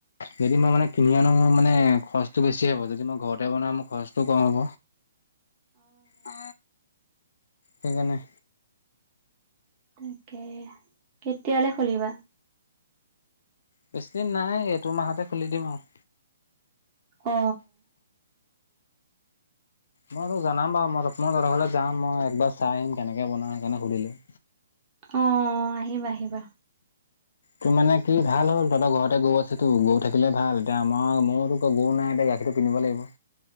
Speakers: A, on the left; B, on the right.
A: যদি মই মানে কিনি আনো মানে খৰচটো বেছি হ'ব। যদি মই ঘৰতে বনাওঁ মোৰ খৰচটোও কম হ'ব। অ সেইকাৰণে
B: তাকে কেতিয়ালৈ খুলিবা
A: বেছি দিন নাই এইতো মাহতে খুলি দিম আৰু
B: অ
A: মই তোক জনাম বাৰু মই মই তহতৰ ঘৰলৈ যাম মই একবাৰ চাই আহিম কেনেকে বনাই সেইকাৰণে সুধিলো
B: অ আহিবা আহিবা
A: তোৰ মানে কি ভাল হ'ল তহতৰ ঘৰতে গৰু আছে তো গৰু থাকিলে ভাল এতিয়া আমাৰ মোৰতো গৰু নাই এতিয়া গাখীৰটো কিনিব লাগিব